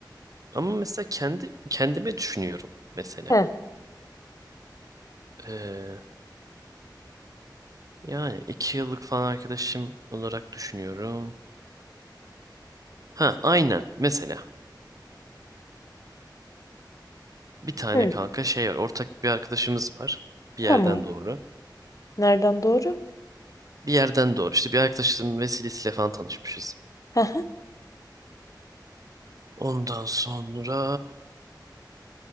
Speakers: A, on the right; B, on the left.
A: Ama mesela kendi kendime düşünüyorum mesela.
B: Heh,
A: Ee, yani iki yıllık falan arkadaşım olarak düşünüyorum. Ha aynen mesela bir tane
B: hı,
A: kanka şey var ortak bir arkadaşımız var bir
B: tamam.
A: yerden doğru.
B: Nereden doğru?
A: Bir yerden doğru işte bir arkadaşımın vesilesiyle falan tanışmışız.
B: Aha,
A: Ondan sonra